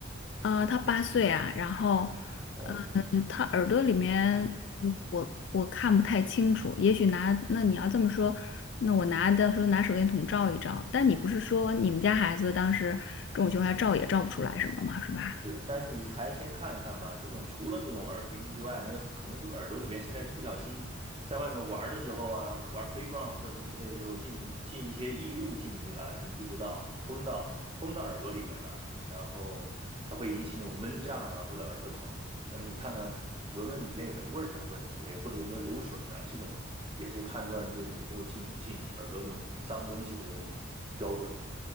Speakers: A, on the left (about 55°); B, on the right (about 25°).
A: 啊、他八岁啊，然后，
B: 哦，
A: 呃，他耳朵里面嗯我我看不太清楚，也许拿那你要这么说，那我拿到时候拿手电筒照一照，但你不是说你们家孩子当时这种情况下照也照不出来什么嘛，是吧？
B: 对，但是你还先看一看吧。这种除了那种耳钉之外，那可能是不是耳朵里面现在不小心在外面玩的时候啊，玩 playground 或者什么之类的时候进进一些异物进去了，你不知道崩到崩到耳朵里边了，然后它会引起那种闷胀啊或者耳朵疼。那你看看闻闻里边有没有味儿啊或者什么之类，或者有没有流水啊，这种也是判断这有没有进进耳朵那种脏东西的那种标准。